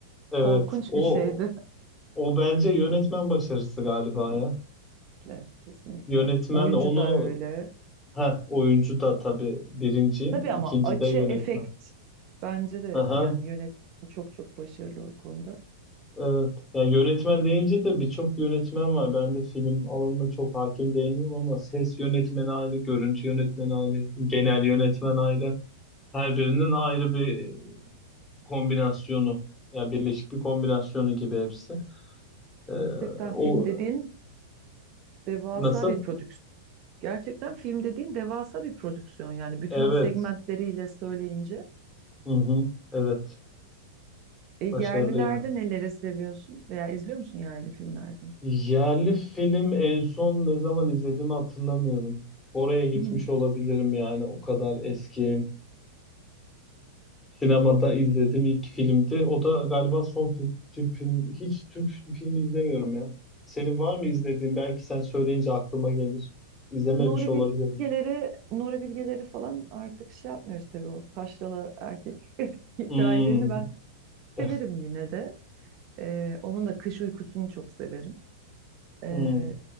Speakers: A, on the left; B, on the right.
A: evet
B: korkunç
A: o
B: bir şeydi.
A: o bence yönetmen başarısı galiba ya.
B: <laughs> Kesinlikle. kesinlikle.
A: Yönetmen
B: Oyuncu
A: onu
B: da öyle.
A: Ha, oyuncu da tabii birinci,
B: Tabii
A: ikinci
B: ama açı,
A: de yönetmen.
B: efekt bence de
A: Aha,
B: yani yönetmen çok çok başarılı o konuda.
A: evet. Ya yönetmen deyince de birçok yönetmen var. Ben de film alanına çok hakim değilim ama ses yönetmeni ayrı, görüntü yönetmeni ayrı, genel yönetmen ayrı. Her birinin ayrı bir kombinasyonu, yani birleşik bir kombinasyonu gibi hepsi. Ee,
B: Gerçekten
A: o
B: film dediğin devasa
A: nasıl?
B: bir prodüksiyon. Gerçekten film dediğin devasa bir prodüksiyon yani bütün
A: Evet.
B: o segmentleriyle söyleyince.
A: Hı hı, evet.
B: E, yerlilerde
A: Başarılı ya.
B: neleri seviyorsun veya izliyor musun yerli filmlerde?
A: Yerli film en son ne zaman izlediğimi hatırlamıyorum. Oraya gitmiş
B: <laughs>
A: olabilirim yani o kadar eski. Sinemada izlediğim ilk filmdi. O da galiba son film, Türk film. Hiç Türk filmi izlemiyorum ya. Senin var mı izlediğin? Belki sen söyleyince aklıma gelir. İzlememiş
B: Nuri
A: olabilirim.
B: Bilgeleri, Nuri Bilgeleri falan artık şey yapmıyoruz tabii o taşralı erkek <laughs> hikayelerini
A: Hmm.
B: ben
A: <laughs>
B: severim yine de. Ee, onun da kış uykusunu çok severim. Ee,
A: Hmm.